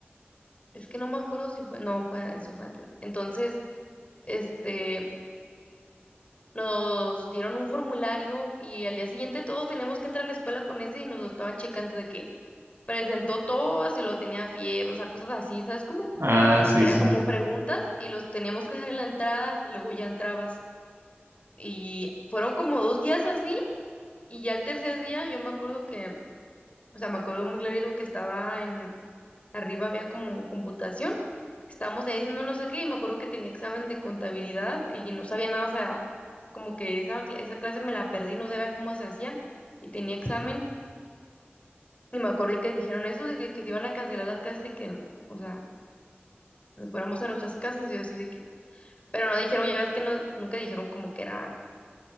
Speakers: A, on the left; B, on the right.
A: Es que no me acuerdo si fue, no, fue, eso fue antes. Entonces, este, nos dieron un formulario y al día siguiente todos teníamos que entrar a la escuela con ese y nos lo estaban checando de que presentó todo, si lo tenía fiebre, o sea, cosas así, ¿sabes cómo?
B: Ah, sí,
A: Era
B: sí.
A: como preguntas y los teníamos que dejar en la entrada y luego ya entrabas. Y fueron como dos días así y ya el tercer día yo me acuerdo que, o sea, me acuerdo muy clarito que estaba en Arriba había como computación. Estábamos ahí haciendo no sé qué y me acuerdo que tenía examen de contabilidad y yo no sabía nada, o sea, como que esa, cl- esa clase me la perdí, no sabía cómo se hacía y tenía examen y me acuerdo que dijeron eso de que, que se iban a cancelar las clases y que, o sea, nos fuéramos a nuestras casas y yo así de que, pero no dijeron, ya ves que no, nunca dijeron como que era,